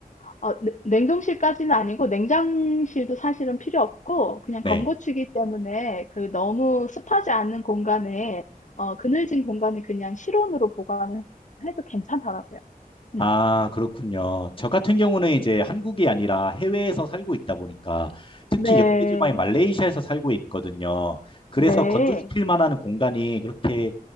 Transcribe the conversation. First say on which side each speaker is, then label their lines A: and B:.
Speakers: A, on the left (about 55°); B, on the left (about 35°).
A: 어, 냉- 냉동실까지는 아니고 냉장실도 사실은 필요 없고 그냥
B: 네.
A: 건고추기 때문에 그 너무 습하지 않는 공간에 어, 그늘진 공간에 그냥 실온으로 보관을 해도 괜찮더라고요. 음.
B: 아, 그렇군요. 저 같은 경우는 이제 한국이 아니라 해외에서 살고 있다 보니까 특히
A: 네,
B: 열대 지방인 말레이시아에서 살고 있거든요. 그래서
A: 네,
B: 건조시킬 만한 공간이 그렇게